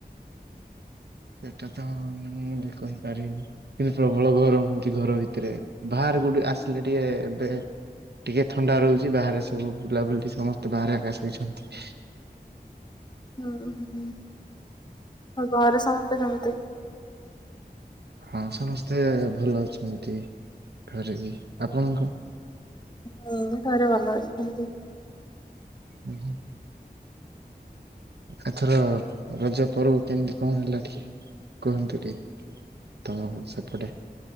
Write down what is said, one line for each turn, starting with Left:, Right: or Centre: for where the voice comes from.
Right: ସେଟା ତ ମୁଁ-ମୁଁ-ମୁଁ-ମୁଁ କହିପାରିବିନି କିନ୍ତୁ ପ୍ରବଳ ଗରମ ହଉଛି ଘର ଭିତରେ ବା କୋଉଠି ଆସିଲେ ଟିକେ ଏବେ ଟିକେ ଥଣ୍ଡା ରହୁଛି ବାହାରେ ସବୁ ବୁଲାବୁଲି ସମସ୍ତେ ବାହାରେ ଆକା ଶୋଇଛନ୍ତି।
Left: ହ ହୁଁ ହୁଁ, ଆଉ ଘରେ ସମସ୍ତେ କେମିତି?
Right: ହଁ ସମସ୍ତେ ଭଲ ଅଛନ୍ତି ଘରେ ବି। ଆପଣଙ୍କ?
Left: ହଁ ଘରେ ଭଲ ଅଛନ୍ତି।
Right: ହ। ଏଥର ରଜ ପର୍ବ କେମିତି କଣ ହେଲା ଟିକେ କୁହନ୍ତୁ ଟିକେ ତମ ସେପଟେ।